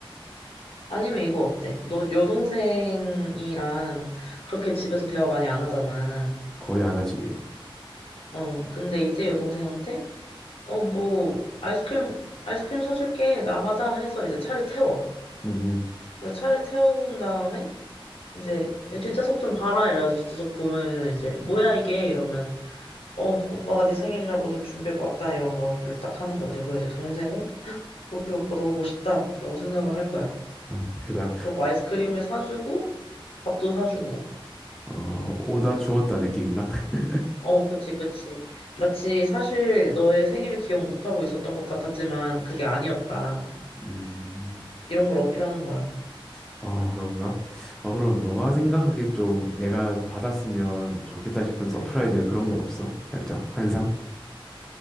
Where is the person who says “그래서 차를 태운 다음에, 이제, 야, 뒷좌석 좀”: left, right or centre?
Left